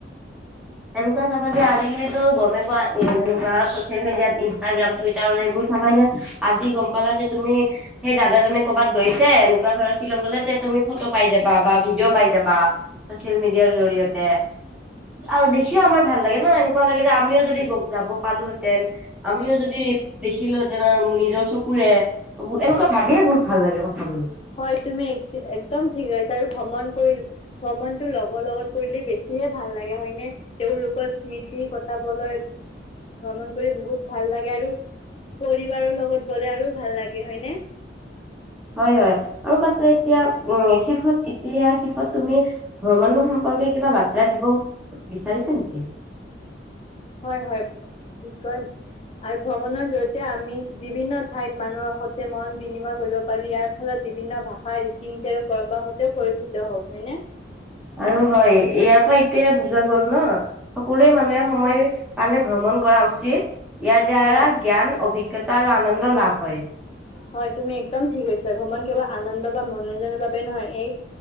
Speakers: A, on the left; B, in the centre.
A: হয়।
B: এনেকুৱা চাবা যে আজিকালিতো গ'মেই পোৱা যেনেকুৱা চচিয়েল মিডিয়াত ইনষ্টাগ্ৰাম টুইটাৰ এইবোৰ চাবা যে আজি গ'ম পালা যে তুমি সেই দাদাজনে ক'ৰবাত গৈছে এনেকুৱা ধৰা শ্বিলংগলে যে তুমি ফটো পাই যাবা বা ভিডিঅ' পাই যাবা। চচিয়েল মিডিয়াৰ জৰিয়তে আৰু দেখিও আমাৰ ভাল লাগে ন, এনেকুৱা লাগে যে আমিও যদি যাব পালোহেঁতেন আমিও যদি দেখিলো নিজৰ চকুৰে এনেকুৱা ভাবিয়ে বহুত ভাল লাগে কথাবোৰ।
A: হয়। তুমি এক একদম ঠিক কৈছা। আৰু ভ্ৰমণ কৰি ভ্ৰমণতটো লগৰ লগত কৰিলে বেছিহে ভাল লাগে হয়নে? তেওঁলোকৰ স্মৃতি কটাবলৈ ভ্ৰমণ কৰি বহুত ভাল লাগে। আৰু পৰিবাৰৰ লগত গ'লে আৰু ভাল লাগে হয়নে।
B: হয়, হয়। আৰু পাছত এতিয়া উ শেষত এতিয়া শেষত তুমি ভ্ৰমণৰ সম্পৰ্কে কিবা বাৰ্তা দিব বিচাৰিছা নেকি?
A: হয়, হয়। কি কয় আৰু ভ্ৰমণৰ জৰিয়তে আমি বিভিন্ন ঠাইত মানুহৰ সৈতে মন বিনিময় কৰিব পাৰো। ইয়াৰ ফলত বিভিন্ন ভাষা ৰীতি নীতি আৰু পৰম্পৰা সৈতেও পৰিচিত হওঁ হয় নে?
B: আৰু হয়, ইয়াৰ পৰা এইটোয়ে বুজা গ'ল ন। সকলো মানুহে সময় পালে ভ্ৰমণ কৰা উচিত। ইয়াৰ দ্বাৰা
A: হয়
B: জ্ঞান অভিজ্ঞতা আৰু আনন্দ লাভ হয়।
A: হয় তুমি একদম ঠিক কৈছা। ভ্ৰমণ কেৱল আনন্দ বা মনোৰঞ্জনৰ বাবে নহয়। এই